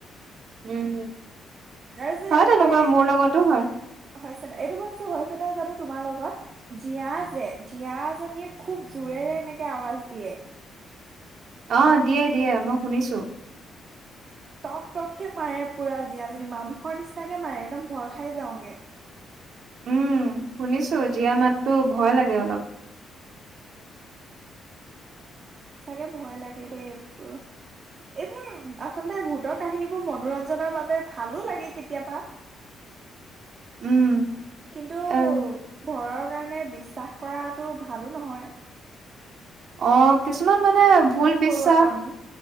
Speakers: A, on the right; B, on the right.
A: উম
B: আৰু যে
A: হয়
B: এনেকে
A: তেনেকুৱা মোৰ লগতো হয়।
B: হৈছে এইটো বস্তু হৈছে নহয় জানো তোমাৰ লগত জিয়া যে জীয়াজীনিয়ে খুব জোৰেৰে কেনেকে আৱাজ দিয়ে।
A: অ দিয়ে দিয়ে মই শুনিছো।
B: টক টককে মাৰে পুৰা জীয়াজনী মানুহৰ নিচিনাকে মাৰে একদম ভয় খাই যাওগে <inaudible>
A: উম শুনিছো জীয়া মাততো ভয় লাগে অলপ
B: চাগে ভয় লাগে দেই এইোৰ এইবোৰ আচলতে ভতৰ কাহিনীবোৰ মনোৰঞ্জনৰ বাবে ভালো লাগে কেতিয়াবা
A: উম
B: কিন্তু
A: এ
B: ভয়ৰ কাৰণে বিশ্বাস কৰাটো ভালো নহয়
A: আহ কিছুমান মানে ভুল বিশ্বাস
B: কৰো আকৌ আমি